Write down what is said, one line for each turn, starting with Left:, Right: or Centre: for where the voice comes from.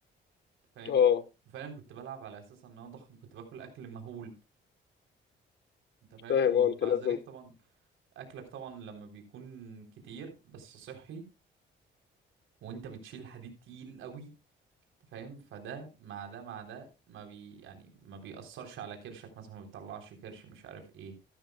Right: انت فاهم
Left: اه
Right: وفعلا كنت بلعب على اساس ان انا اضخم كنت باكل اكل مهول انت فاهم
Left: فاهم
Right: ومع
Left: اه انت لازم
Right: ذلك طبعا اكلك طبعا لما بيكون كتير بس صحي وانت بتشيل حديد تقيل قوي أنت فاهم فده مع ده مع ده ما بي يعني ما بيأثرش على كرشك مثلا ما بيطلعش كرش مش عارف ايه